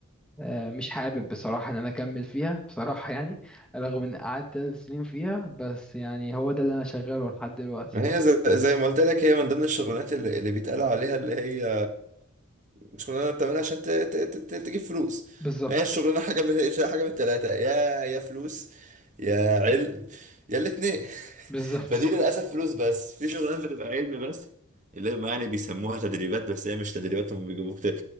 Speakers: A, in the centre; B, on the right.
A: آه، مش حابب بصراحة ان انا اكمل فيها <laughs> بصراحة يعني رغم ان قعدت ثلاث سنين فيها بس يعني هو ده اللي انا شغاله لحد دلوقتي
B: ما هي زي, زي ما قلت لك هي من ضمن الشغلانات اللي, اللي بيتقال عليها اللي هي شغلانه بتعملها عشان ت- ت- ت- ت- تجيب فلوس
A: بالظبط
B: هي الشغلانه حاجه من حاجه من التلاته يا يا فلوس يا علم يا الاتنين <laughs>
A: بالظبط
B: فدي للاسف فلوس بس في شغلانه بتبقى علم بس اللي هم يعني بيسموها تدريبات بس هي مش تدريبات هم بيجيبوك ت-